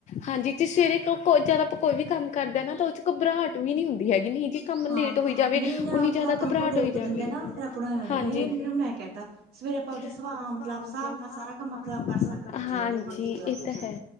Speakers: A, on the left (about 45°); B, on the right (about 75°).
A: ਹਾਂਜੀ ਜੇ ਸਵੇਰੇ ਕੋ ਜਦ ਆਪਾਂ ਕੋਈ ਵੀ ਕੰਮ ਕਰਦੇ ਆਂ ਨਾ ਤਾਂ ਓਚ ਘਬਰਾਹਟ ਵੀ ਨੀ ਹੁੰਦੀ ਹੈਗੀ ਨਹੀ ਇਕ ਕੰਮ
B: ਹਾਂ
A: ਲੇਟ ਹੋਈ ਜਾਵੇ
B: ਨਹੀਂ ਨਾ
A: ਓਨੀ
B: ਆਪ
A: ਜਾਦਾ
B: ਆਪਾਂ ਨੂੰ
A: ਘਬਰਾਟ
B: ਕੋਈ ਟੋਕ
A: ਹੋਈ ਜਾਂਦੀ
B: ਦਿੰਦਾ ਨਾ
A: ਐ,
B: ਫਿਰ ਆਪਾਂ ਨੂੰ ਐਂ ਹੁੰਦਾ
A: ਹਾਂਜੀ।
B: ਵੀ ਹੇ ਇਹਨੇ
A: ਜੀ
B: ਮੈਨੂੰ ਐ ਕਹਿਤਾ ਸਵੇਰੇ ਆਪਦੇ ਸੁਭਾਅ
A: ਆਪਾਂ ਆਪਨੇ ਸਵਾ
B: ਹਿਸਾਬ
A: ਮਤਲਬ ਸਾਬ ਨਾਲ
B: ਕੰਮ
A: ਸਾਰਾ
B: ਆਪਦਾ
A: ਕੰਮ
B: ਕਰ ਸਕਦੇ ਹਾਂ ਜਦੋਂ
A: ਹਾਂਜੀ,
B: ਵੀ ਆਪਾਂ ਨੂੰ ਠੀਕ ਲੱਗਦਾ
A: ਏ ਤਾਂ ਹੈ।